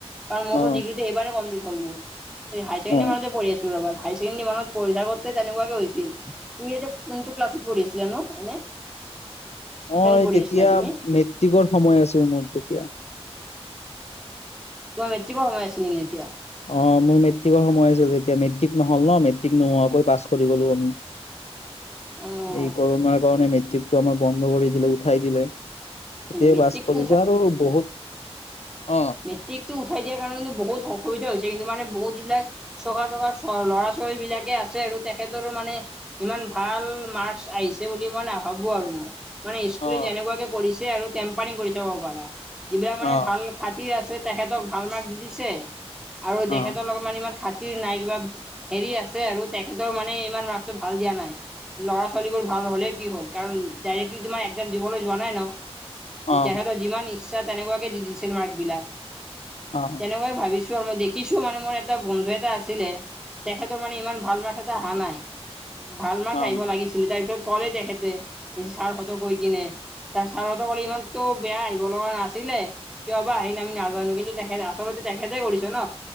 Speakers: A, in the centre; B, on the left (about 80°).
A: কাৰন মোৰো
B: অ
A: ডিগ্ৰিটো এইবাৰে কমপ্লট হল মোৰ হাইছাণ্ডৰি
B: অ
A: মানতে পঢ়ি আছিলো ৰবা। হাই ছেকণ্ডেৰী মানত পঢ়ি থাকোঁতে তেনেকুৱাকে হৈছিল তুমি এতিয়া কোনটো ক্লাছত পঢ়িছিলা নো। এনে।
B: মই
A: পঢ়ি
B: তেতিয়া
A: আছিলা তুমি
B: মেট্ৰিকৰ সময় আছিল মোৰ তেতিয়া।
A: তোমাৰ মেট্ৰিকৰ সময় আছিল নেকি তেতিয়া।
B: অ মোৰ মেট্ৰিকৰ সময় আছিল তেতিয়া মেট্ৰিক নহ'ল ন মেট্ৰিক নোহোৱাকৈ পাছ কৰি গ'লো আমি।
A: অ',
B: এই কৰণাৰ কাৰণে মেট্ৰিকটো আমাৰ বন্ধ কৰি দিলে উঠাই দিলে। তেতিয়াই
A: মেট্ৰিকটো
B: পাঁচ কৰিছো আৰু বহুত। অ
A: মেট্ৰিক টো উঠাই দিয়াৰ কাৰণে বহুত অসুবিধা হৈছে। কিন্তু মানে বহুত যিবিলাক চকা চকা ল'ৰা ছোৱালী বিলাকে আছে আৰু তেখেতৰো মানে ইমান। ভাল মাৰ্ক আহিছে বুলি মই নাভাবো আৰু মই। মানে স্কুলে
B: অ
A: যেনেকুৱাকে কৰিছে আৰু টেম্পাৰিং কৰি চাব পাৰা যিবিলাক মানে
B: অ
A: ভাল। খাতিৰ তেখেতক ভাল মাৰ্ক্স দিছে আৰু তেখেতক
B: অ অ
A: লগত মানে ইমান খাত। নাই কিবা হেৰি আছে আৰু তেখেতৰ মানে ইমান মাৰ্ক্সটো ভাল দিয়া নাই। ল'ৰা ছোৱালীবোৰ ভাল হ'লেই কি হ'ল কাৰণ ডাইৰেক্টলি তোমাৰ একজাম দিবলৈ যোৱা নাই ন।
B: অ
A: তেখেতৰ যিমান ইচ্ছা তেনেকুৱাকে দি দিছিল মাৰ্ক বিলাক
B: অ
A: তেনেকুৱাই ভাবিছো। আৰু মই দেখিছো মানে মোৰ এটা বন্ধু এটা আছিলে। তেখেতৰ মানে ইমান ভাল মাৰ্ক এটা অহা নাই ভাল মাৰ্ক
B: অ
A: আহিব লাগিছিলে তাৰপিছত। ক'লে তেখেতে ছাৰহঁতক গৈ কিনে। তাৰ ছাৰতে অলে ইমানতো বেয়া আহিব লগা নাছিলে। কিয় বা আহিল আমি নাজানো কিন্তু তেখেত আচলতে তেখেতে কৰিছে ন